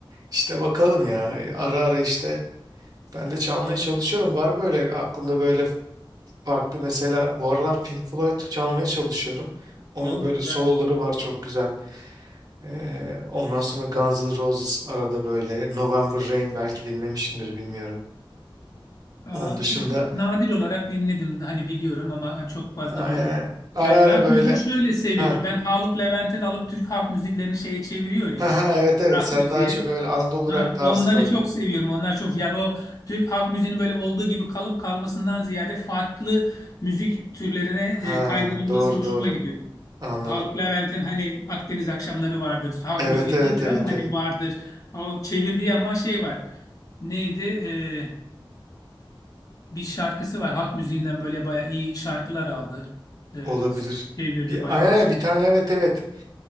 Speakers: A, on the right; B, on the left.
A: İşte bakalım ya ara ara işte ben de çalmaya çalışıyorum. Var böyle aklımda böyle farklı mesela bu aralar Pink Floyd çalmaya çalışıyorum. Onun
B: O
A: böyle
B: güzelmiş.
A: soloları var çok güzel. Ee, ondan sonra Guns N' Roses arada böyle November Rain belki dinlemişsindir bilmiyorum.
B: Aa,
A: Onun dışında
B: nadir olarak dinledim hani biliyorum ama çok fazla
A: aynen,
B: böyle
A: ara
B: yani
A: ara
B: rock
A: böyle
B: müziği şöyle seviyorum.
A: ha
B: Ben Haluk Levent'in alıp Türk halk müziklerini şeye çeviriyor ya
A: ha ha evet evet
B: rock
A: sen
B: müziğe.
A: daha çok öyle Anadolu
B: Ha,
A: rock tarzı
B: onları
A: böyle.
B: çok seviyorum. Onlar çok yani o Türk halk müziğinin böyle olduğu gibi kalıp kalmasından ziyade farklı müzik türlerine
A: Ha
B: e, kaydırılması
A: doğru
B: hoşuma
A: doğru
B: gidiyor.
A: anladım.
B: Haluk Levent'in hani Akdeniz akşamları vardır. Halk
A: Evet
B: müziği
A: evet
B: değildir
A: evet
B: ama hani
A: evet
B: vardır. O çevirdiği ama şey var. Neydi? E, bir şarkısı var. Halk müziğinden böyle bayağı iyi şarkılar aldı. E,
A: olabilir.
B: çevirdi
A: Bir
B: bayağı
A: aynen
B: bir şey.
A: bir tane evet evet.